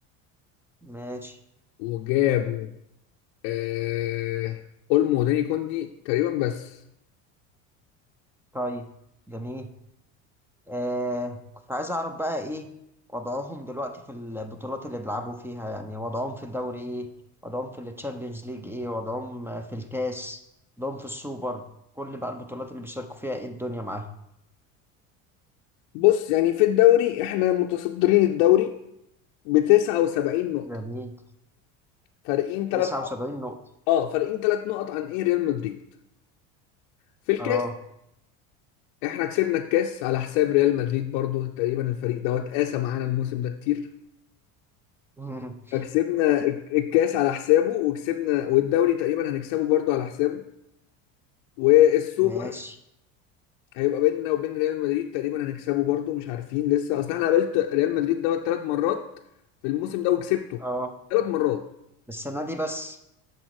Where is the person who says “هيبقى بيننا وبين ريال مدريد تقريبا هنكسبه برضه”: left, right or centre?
Left